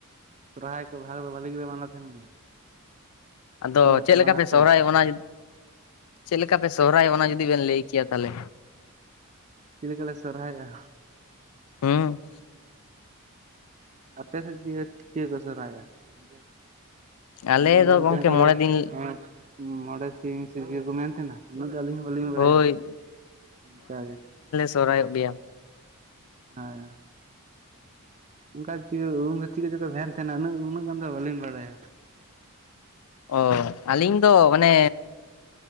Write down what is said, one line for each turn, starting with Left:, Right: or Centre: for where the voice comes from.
Right: ᱥᱚᱨᱦᱟᱭ ᱠᱚ ᱵᱷᱟ ᱵᱷᱟᱹᱞᱤ ᱜᱮᱞᱮ ᱢᱟᱱᱟᱣ ᱛᱟᱦᱮᱸᱱ ᱜᱮᱭᱟ᱾
Left: ᱟᱫᱚ
Right: ᱛᱩᱢᱫᱟᱹᱜ
Left: ᱪᱮᱫ
Right: ᱴᱟᱢᱟᱠ
Left: ᱞᱮᱠᱟ ᱯᱮ
Right: ᱟᱛᱮᱫ
Left: ᱥᱚᱦᱨᱟᱭ ᱚᱜᱼᱟ ᱚᱱᱟ ᱪᱮᱫ ᱞᱮᱠᱟ ᱯᱮ ᱥᱚᱦᱨᱟᱭ ᱚᱜᱼᱟ ᱚᱱᱟ ᱡᱩᱫᱤ ᱵᱮᱱ ᱞᱟᱹᱭ ᱠᱮᱭᱟ ᱛᱟᱦᱚᱞᱮ
Right: ᱪᱮᱫ ᱞᱮᱠᱟ ᱞᱮ ᱥᱚᱨᱦᱟᱭᱚᱜᱼᱟ?
Left: ᱦᱩᱸ?
Right: ᱟᱯᱮ ᱥᱮᱫ ᱪᱮ ᱪᱮᱫ ᱠᱚ ᱥᱚᱨᱦᱟᱭᱚᱜᱼᱟ ᱜᱚᱝᱠᱮ?
Left: ᱟᱞᱮ
Right: ᱟᱫᱚ
Left: ᱫᱚ
Right: ᱢᱮᱱᱛᱮᱦᱮ
Left: ᱜᱚᱝᱠᱮ ᱢᱚᱬᱮ
Right: ᱮᱸ
Left: ᱫᱤᱱ
Right: ᱢᱚᱬᱮ ᱥᱤᱧ <unintelligible> ᱠᱚ ᱢᱮᱱ ᱛᱟᱦᱮᱸᱱᱟ? ᱩᱱᱟᱹᱜ ᱫᱚ ᱟᱹᱞᱤᱧ ᱦᱚᱸ ᱵᱟᱹᱞᱤᱧ
Left: ᱦᱳᱭ
Right: ᱵᱟᱲᱟᱭᱟ ᱚᱱᱠᱟᱜᱮ᱾
Left: ᱥᱚᱨᱦᱟᱭᱚᱜ ᱜᱮᱭᱟ᱾
Right: ᱦᱮᱸ᱾ ᱚᱱᱠᱟ ᱪᱮᱫ ᱩᱱᱨᱮ ᱪᱮᱫ ᱠᱚᱪᱚ ᱠᱚ ᱢᱮᱱ ᱛᱟᱦᱮᱸᱱᱟ ᱩᱱᱟᱹᱜ ᱩᱱᱟᱹᱜ ᱜᱟᱱ ᱫᱚ ᱵᱟᱹᱞᱤᱧ ᱵᱟᱲᱟᱭᱟ᱾
Left: ᱚ ᱟᱹᱞᱤᱧ ᱫᱚ ᱢᱟᱱᱮ